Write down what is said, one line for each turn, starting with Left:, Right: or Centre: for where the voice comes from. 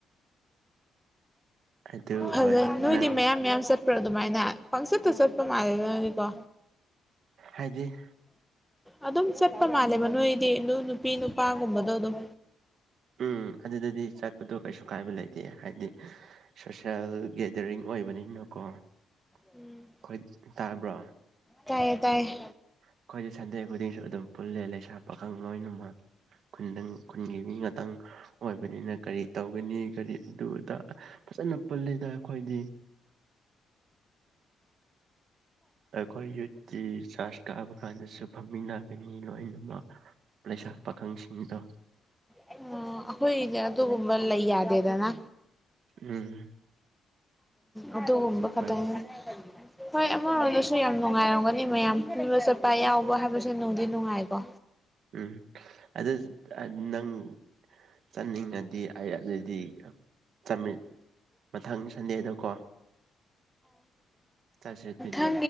Right: ꯑꯗꯨ
Centre: ꯐꯖꯩ ꯅꯣꯏꯗꯤ
Right: ꯅꯪ
Centre: ꯃꯌꯥꯝ ꯃꯌꯥꯝ ꯆꯠꯄ꯭ꯔꯥ ꯑꯗꯨꯃꯥꯏꯅ ꯄꯪꯆꯠꯇ ꯆꯠꯄ ꯃꯥꯜꯂꯦꯗ ꯅꯣꯏꯗꯤꯀꯣ
Right: ꯍꯥꯏꯗꯤ
Centre: ꯑꯗꯨꯝ ꯆꯠꯄ ꯃꯥꯜꯂꯦꯕ ꯅꯣꯏꯗꯤ ꯑꯗꯨ ꯅꯨꯄꯤ ꯅꯨꯄꯥꯒꯨꯝꯕꯗꯣ ꯑꯗꯨꯝ
Right: ꯎꯝ ꯑꯗꯨꯗꯗꯤ ꯆꯠꯄꯗꯣ ꯀꯩꯁꯨ ꯀꯥꯏꯕ ꯂꯩꯇꯦ ꯍꯥꯏꯗꯤ <unintelligible> ꯒꯦꯗꯔꯤꯡ ꯑꯣꯏꯕꯅꯤꯅꯀꯣ ꯑꯩꯈꯣꯏ
Centre: ꯎꯝ
Right: ꯇꯥꯕ꯭ꯔꯣ
Centre: ꯇꯥꯏꯌꯦ ꯇꯥꯏꯌꯦ
Right: ꯑꯩꯈꯣꯏꯗꯤ ꯁꯟꯗꯦ ꯈꯨꯗꯤꯡꯁꯨ ꯑꯗꯨꯝ ꯄꯨꯜꯂꯦ ꯂꯩꯁꯥ ꯄꯥꯈꯪ ꯂꯣꯏꯅꯃꯛ ꯈꯨꯟꯗꯪ ꯈꯨꯟꯒꯤ ꯃꯤ ꯉꯥꯛꯇꯪ ꯑꯣꯏꯕꯅꯤꯅ ꯀꯔꯤ ꯇꯧꯒꯅꯤ ꯀꯔꯤ ꯑꯗꯨ ꯐꯖꯅ ꯄꯨꯜꯂꯤꯗ ꯑꯩꯈꯣꯏꯗꯤ ꯑꯩꯈꯣꯏ <unintelligible> ꯀꯥꯕ ꯀꯥꯟꯗꯁꯨ ꯐꯝꯃꯤꯟꯅꯒꯅꯤ ꯂꯣꯏꯅꯃꯛ ꯂꯩꯁꯥ ꯄꯥꯈꯪꯁꯤꯡꯗꯣ
Centre: ꯑꯣ ꯑꯩꯈꯣꯏꯒꯤꯗꯤ ꯑꯗꯨꯒꯨꯝꯕ ꯂꯩ ꯌꯥꯗꯦꯗꯅ
Right: ꯎꯝ
Centre: ꯎꯝ ꯑꯗꯨꯒꯨꯝꯕ ꯈꯛꯇꯪ
Right: ꯍꯣꯏ
Centre: ꯅꯤꯗ ꯍꯣꯏ ꯑꯃꯔꯣꯝꯗꯁꯨ ꯌꯥꯝ ꯅꯨꯡꯉꯥꯏꯔꯝꯒꯅꯤ ꯃꯌꯥꯝ ꯄꯨꯟꯕ ꯆꯠꯄ ꯌꯥꯎꯕ ꯍꯥꯏꯕꯁꯦ ꯅꯨꯡꯗꯤ ꯅꯨꯡꯉꯥꯏꯀꯣ
Right: ꯎꯝ ꯑꯗꯨꯗ ꯅꯪ ꯆꯠꯅꯤꯡꯉꯗꯤ ꯑꯩ ꯑꯗꯨꯗꯤ ꯆꯠꯃꯤꯟ ꯃꯊꯪ ꯁꯟꯗꯦꯗꯀꯣ ꯆꯠꯁꯦ ꯑꯗꯨꯗꯤ
Centre: ꯑꯥ